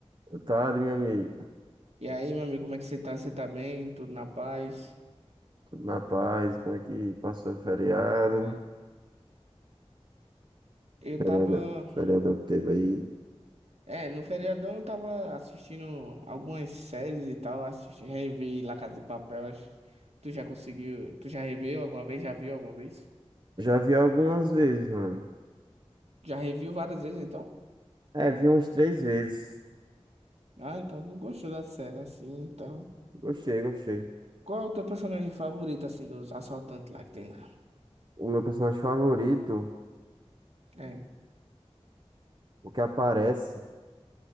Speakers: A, on the right; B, on the right.
A: Boa tarde, meu amigo.
B: E aí, meu amigo, como é que você tá? Você tá bem? Tudo na paz?
A: Tudo na paz? Como é que passou o feriado?
B: É. Eu
A: Feriado,
B: tava.
A: feriado que teve aí.
B: É, no feriadão eu tava assistindo algumas séries e tal. Assisti, revi La Casa de Papel. Acho que tu já conseguiu. Tu já reveu alguma vez? Já viu alguma vez?
A: Já vi algumas vezes, mano.
B: Já reviu várias vezes, então?
A: É, vi umas três vezes.
B: Ah, então não gostou da série assim, então.
A: Gostei, gostei.
B: Qual é o teu personagem favorito, assim, dos assaltantes lá que tem lá?
A: O meu personagem favorito,
B: É,
A: o que aparece